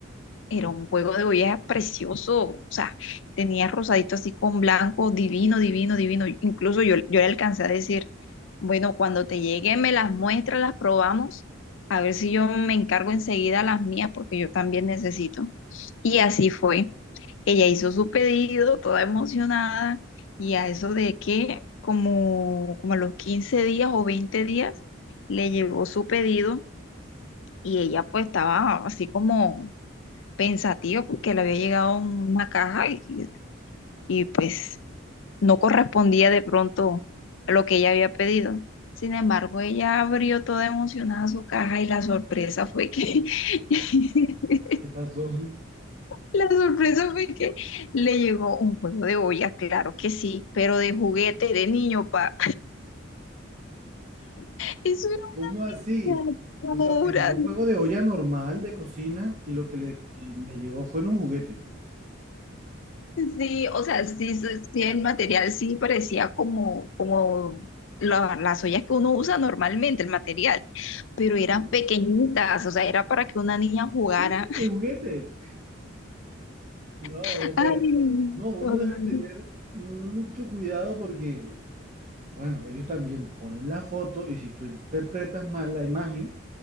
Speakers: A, on the left; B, on the right.
A: era un juego de ollas precioso, o sea, tenía rosadito así con blanco, divino, divino, divino. Incluso yo, yo le alcancé a decir, bueno, cuando te llegue me las muestras, las probamos, a ver si yo me encargo enseguida las mías porque yo también necesito. Y así fue. Ella hizo su pedido, toda emocionada, y a eso de que como, como a los 15 días o 20 días le llegó su pedido y ella pues estaba así como pensativo porque le había llegado una caja y, y, pues no correspondía de pronto a lo que ella había pedido. Sin embargo, ella abrió toda emocionada su caja y la sorpresa fue que <laughs>
B: ¿Qué pasó? <laughs>
A: la sorpresa fue que le llegó un juego de ollas, claro que sí, pero de juguete de niño, pa. <laughs> Eso
B: ¿Cómo así?
A: era una
B: O
A: locura.
B: sea, pidió un juego de olla normal de cocina y lo que le, que le llegó fueron juguetes.
A: Sí, o sea, sí, sí, sí, el material sí parecía como, como la- las ollas que uno usa normalmente, el material, pero
B: Ajá,
A: eran pequeñitas, o sea, era para que una niña jugara.
B: sí, de juguetes. No,
A: <laughs> Ay,
B: pero no, uno
A: no,
B: debe
A: no.
B: tener mucho cuidado porque, bueno, ellos también ponen la foto y si tú interpretas mal la imagen,